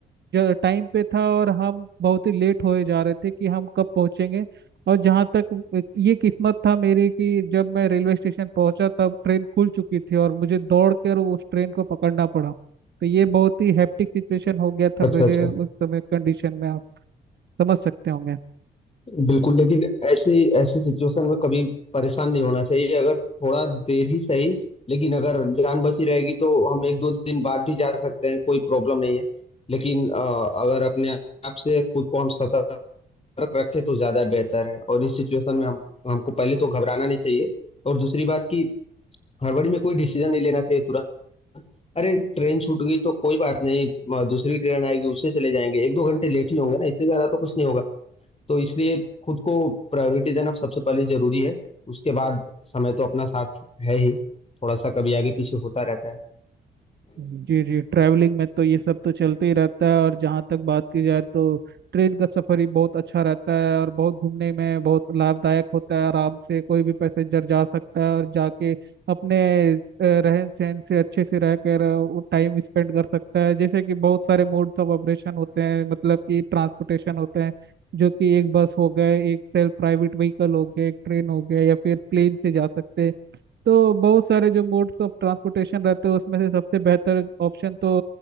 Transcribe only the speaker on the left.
अच्छा
अच्छा
बिल्कुल लेकिन ऐसी ऐसी सिचुएशन में कभी परेशान नहीं होना चाहिए अगर थोड़ा देर ही सही लेकिन अगर जान बची रहेगी तो हम एक दो दिन बाद भी जा सकते हैं कोई प्रॉब्लम नहीं है लेकिन अ, अगर अपने आप से खुद को हम सतर्क रखें तो ज्यादा बेहतर है और इस सिचुएशन में हम हमको पहले तो घबराना नहीं चाहिए और दूसरी बात कि हड़बड़ी में कोई डिसीजन नहीं लेना चाहिए तुरंत अरे ट्रेन छूट गई तो कोई बात नहीं अ, दूसरी ट्रेन आएगी उससे चले जाएंगे एक दो घंटे लेट ही होंगे ना इससे ज्यादा तो कुछ नहीं होगा तो इसलिए खुद को प्रायोरिटी देना सबसे पहले जरूरी है उसके बाद समय तो अपना साथ है ही थोड़ा सा कभी आगे पीछे होता रहता है